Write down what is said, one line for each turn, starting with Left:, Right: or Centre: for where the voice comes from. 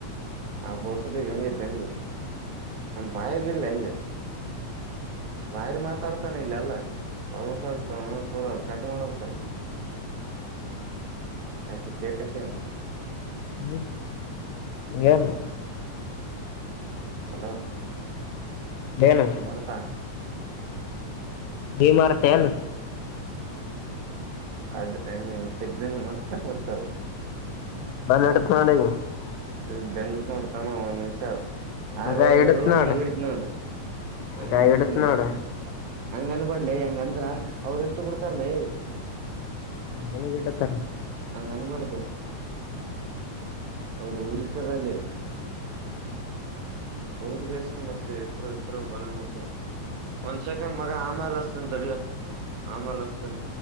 Right: ಆ ಬಸಟಿಗೆ ಹಂಗಂಗು ಬಾಯಗ ಇಡ್ಲ್ಲ ಹಂಗೆ ಬಾಯರ್ ಮಾತ್ರ ಮಾತಾಡ್ತಾನೆ ಇಲ್ಲ ಅಲ್ಲ ಹೊಲಸಲ್ಸ ತರ ಕಟ್ ಮಾಡ್ಬೇಕಲ್ ಯಾಕೆ ಕಳ್ಸ
Left: ಹ್ಮ್ ಏನು
Right: ಹಲೋ
Left: ಏನು
Right: ಭರ್ತಾ
Left: ಬಿಮಾರತಲ್ಲ
Right: ಅದ ನೀವು ಚೆಕ್ದನ್ ಮರ್ತಾ ಬರ್ತಲ್ಲ
Left: ಬತ <unintelligible>
Right: ಈಗ ಬೆಂಗತ್ ನೋಡ್ತಮ್ಮ ಒಂದ ಹೌ ಯಾರ್
Left: ಗಾಯ
Right: ಹೊಡದ್ರಲ್ಲ
Left: ಇಡತ್ ನೋಡ
Right: ಹಂಗಡತ್ ನೋ್ದ ಹಂಗಡಿತ
Left: ಗಾಯ ಇಡತ್
Right: ನೋದು
Left: ನೋಡ
Right: ಹಂಗನ್ಬಡ್ಲಿ ಹಂಗಂತ್ರ ಅವರು ಇಷ್ಟ ಬಿಡ್ತಾರನ
Left: ಹ್ಮ ಎಲ್ಲಿಗಿಡತಾರ
Right: ಹಂಗನ್ಬಡ್ದ ಅವ್ರ ಉುರಿತದಲ್ಲಿ ಹರದ್ಗಸನ್ ಮತ್ತೆ ಇಟ್ಟರು ಇಟ್ಟರು ಬಳೆ ಮುಕ್ ಒಂದ್ ಸೆಕೆಂಡ್ ಮಗ ಆಮೇಾಲ ಹಸ್ತನ್ ತಡಿಯೋ ಆಮೇಲೆ ಹಸ್ತೇನ